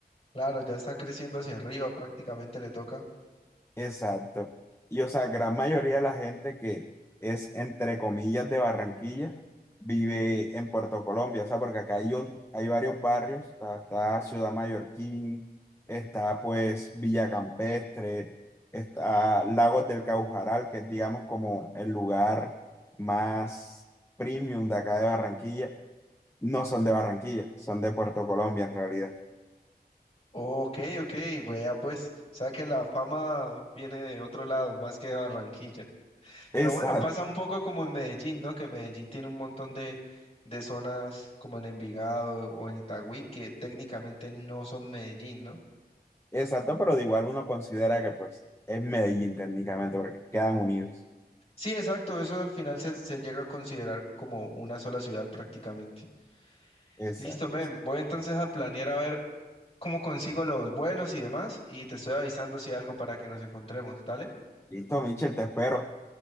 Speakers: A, on the left (about 40°); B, on the left (about 15°).
A: Claro, ya está creciendo hacia arriba, prácticamente le toca.
B: Exacto. Y o sea, gran mayoría de la gente que es, entre comillas, de Barranquilla, vive en Puerto Colombia. O sea, porque acá hay, un- hay varios barrios. Está, está Ciudad Mallorquín, está pues Villa Campestre, está Lagos del Caujaral, que es digamos como el lugar más premium de acá de Barranquilla. No son de Barranquilla, son de Puerto Colombia en realidad.
A: Ok, ok, vea pues. O sea que la fama viene de otro lado, más que de Barranquilla. Pero
B: Exacto.
A: bueno, pasa un poco como en Medellín, ¿no? Que Medellín tiene un montón de, de zonas como en Envigado o en Itagüí que técnicamente no son Medellín, ¿no?
B: Exacto, pero de igual uno considera que pues es Medellín técnicamente porque quedan unidos.
A: Sí, exacto, eso al final se, se llega a considerar como una sola ciudad prácticamente.
B: Exacto.
A: Listo, men, voy entonces a planear a ver cómo consigo los vuelos y demás y te estoy avisando si hay algo para que nos encontremos, ¿dale?
B: Listo, Michel, te espero.